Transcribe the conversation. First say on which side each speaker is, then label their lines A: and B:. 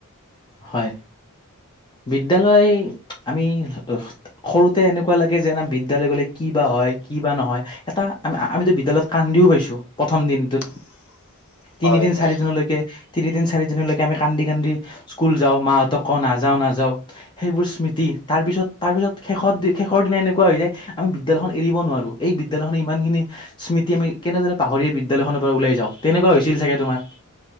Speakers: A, on the left; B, on the left.
A: হয়, বিদ্যালয় আমি সৰুতে এনেকুৱা লাগে যেন বিদ্যালয় গ'লে, কি বা হয় কি বা নহয়? এটা আম, আমিতো বিদ্যালয়ত কান্দিও পাইছো, প্ৰথম দিনটোত।
B: <inaudible> হয়
A: তিনিদিন,
B: হয়।
A: চাৰি দিনলৈকে, তিনিদিন চাৰি দিনলৈকে, আমি কান্দি- কান্দি স্কুল যাওঁ। মাহঁতক কওঁ, নাযাও- নাযাও। সেইবোৰ স্মৃতি, তাৰ পিছত, তাৰ পিছত শেষ, শেষৰ দিনা এনেকুৱা হৈ যায়, আমি বিদ্যালয়খন এৰিব নোৱাৰো। এই বিদ্যালয়খনে ইমানখিনি স্মৃতি আমি কেনেদৰে পাহৰী বিদ্যালয়খনৰ পৰা ওলাই যাওঁ। তেনেকুৱা হৈছিল চাগে তোমাৰ?